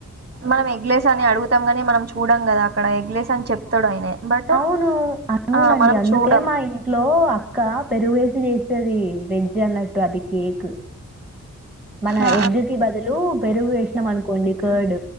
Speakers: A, on the right; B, in the centre.
A: మనం ఎగ్లేస్ అని అడుగుతాంగాని మనం చూడం గదా అక్కడ ఎగ్లేస్ అని చెప్తాడు ఆయనే బట్
B: అవును అవునండి
A: ఆ మనం
B: అందుకే
A: చూడం
B: మా ఇంట్లో అక్క పెరుగు ఏసి జేస్తది వెజ్ అన్నట్టు అది కేకు మన
A: ఆ
B: ఎగ్ కి బదులు పెరుగు ఏసినాం అనుకోండి కర్డ్